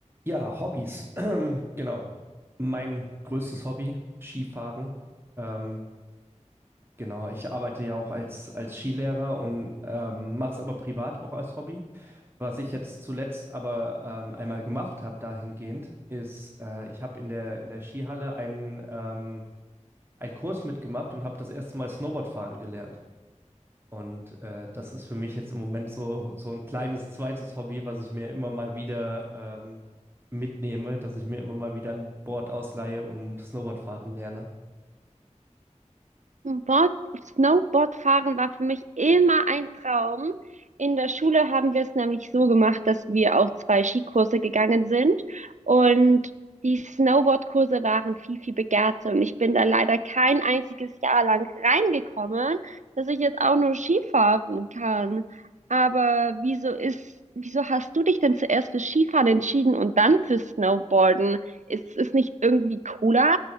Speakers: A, on the right (about 20°); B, on the right (about 75°).
A: Ja, Hobbys. <clears throat> Genau. Mein größtes Hobby, Skifahren. Ähm, genau, ich arbeite ja auch als, als Skilehrer und ähm, mache es aber privat auch als Hobby. Was ich jetzt zuletzt aber ähm, einmal gemacht habe dahingehend, ist, äh, ich habe in der, in der Skihalle einen, ähm, einen Kurs mitgemacht und habe das erste Mal Snowboardfahren gelernt. Und äh, das ist für mich jetzt im Moment so, so ein kleines zweites Hobby, was ich mir immer mal wieder ähm, mitnehme, dass ich mir immer mal wieder ein Board ausleihe und Snowboard fahren lerne.
B: Board, Snowboardfahren war für mich immer ein Traum. In der Schule haben wir es nämlich so gemacht, dass wir auch zwei Skikurse gegangen sind und die Snowboardkurse waren viel, viel begehrter und ich bin da leider kein einziges Jahr lang reingekommen, dass ich jetzt auch nur Skifahren kann. Aber wieso ist, wieso hast du dich denn zuerst für Skifahren entschieden und dann für Snowboarden? Ist es nicht irgendwie cooler?